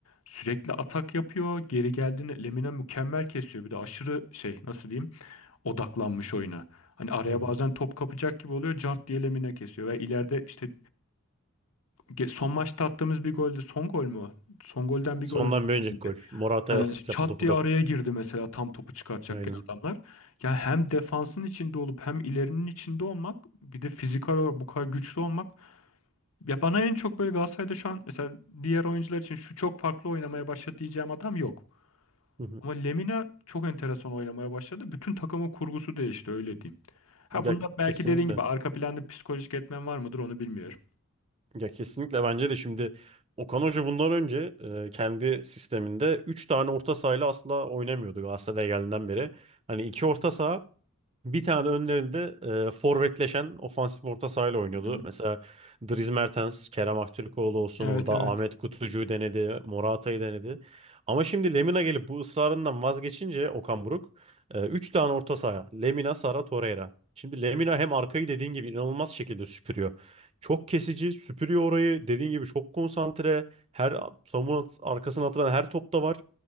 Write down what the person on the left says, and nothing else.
sürekli atak yapıyor. Geri geldiğinde Lemina mükemmel kesiyor. Bir de aşırı şey nasıl diyeyim odaklanmış oyuna. Hani araya
bazen top kapacak gibi oluyor. Cart diye Lemina kesiyor. Ve ileride işte ge- son maçta attığımız bir golde son gol mü o? Son golden bir
gol önce.
girdi.
Hani
çat
diye
araya girdi mesela tam topu çıkartacakken
adamlar. Ya hem defansın içinde olup hem ilerinin içinde olmak bir de fiziksel olarak bu kadar güçlü olmak ya bana en çok böyle Galatasaray'da şu an mesela diğer oyuncular için şu çok farklı oynamaya başladı diyeceğim adam yok.
Ama Lemina çok enteresan oynamaya başladı. Bütün takımın kurgusu değişti öyle diyeyim. Ha
bunda belki
dediğin gibi arka planda psikolojik etmen var mıdır onu bilmiyorum.
Hı hı.
Evet
evet.